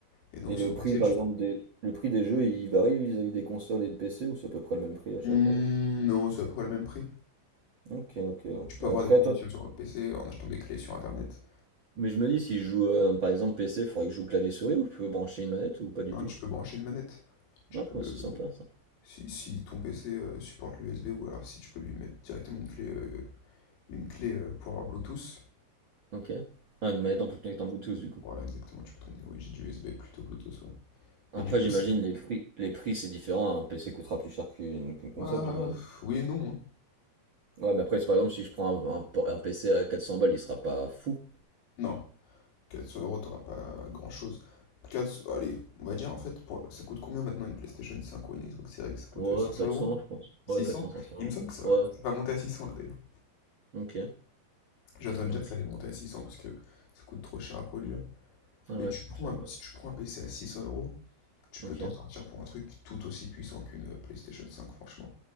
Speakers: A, on the left (about 80°); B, on the right (about 70°).
A: Et donc
B: Et le
A: sur PC,
B: prix, par
A: tu...
B: exemple, des... le prix des jeux, il varie vis-à-vis des consoles et de PC, ou c'est à peu près le même prix à chaque
A: Hmm,
B: fois?
A: non, c'est à peu près le même prix.
B: Ok, ok.
A: Tu peux
B: ouais.
A: avoir
B: Après,
A: des promotions
B: toi, tu-
A: sur PC en achetant des clés sur Internet.
B: mais je me dis, si je joue, euh, par exemple, PC, il faudrait que je joue clavier-souris, ou je peux brancher une manette, ou pas du
A: Non,
B: tout?
A: tu peux brancher une manette. Tu
B: Ah,
A: peux...
B: bah, c'est sympa, ça.
A: Si, si ton PC euh, supporte l'USB ou alors si tu peux lui mettre directement une clé, euh, une clé euh, pour avoir Bluetooth.
B: Ok. Ah, une manette en plus connectée en Bluetooth, du coup.
A: Voilà, exactement, tu peux traîner. Oui, j'ai dit USB plutôt Bluetooth, ouais.
B: Après,
A: Mais du coup,
B: j'imagine
A: c'est.
B: les prix, les prix c'est différent. Un PC coûtera plus cher qu'une qu'une console,
A: Bah,
B: j'imagine.
A: pff, oui et non. hein.
B: Ouais, mais après, c'est par exemple, si je prends un, un por- un PC à 400 balles, il sera pas fou.
A: Non, 400 euros, t'auras pas grand-chose. 4... Allez, on va dire en fait, pour... ça coûte combien maintenant une PlayStation 5 ou une Xbox Series X? Ça coûte
B: Ouais,
A: 500
B: 400,
A: euros?
B: je pense.
A: 600?
B: Ouais, 400, 500
A: Il
B: euros.
A: me semble que ça
B: Ouais,
A: va. c'est pas monter à 600 là d'ailleurs.
B: ok.
A: J'ai entendu
B: Donc,
A: dire que ça allait monter à 600 parce que ça coûte trop cher à produire.
B: ah
A: Mais
B: ouais,
A: tu prends
B: je savais
A: un-
B: pas.
A: si tu prends un PC à 600 euros, tu peux
B: Ok,
A: t'en sortir pour un truc tout aussi puissant qu'une euh, PlayStation 5, franchement.